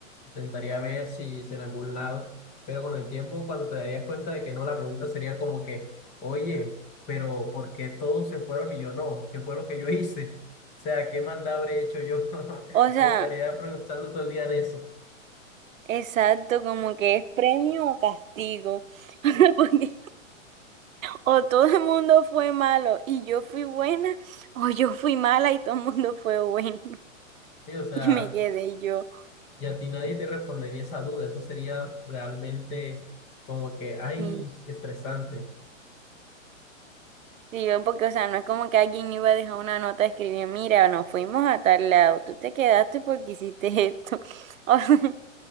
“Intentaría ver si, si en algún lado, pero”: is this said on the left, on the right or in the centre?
Left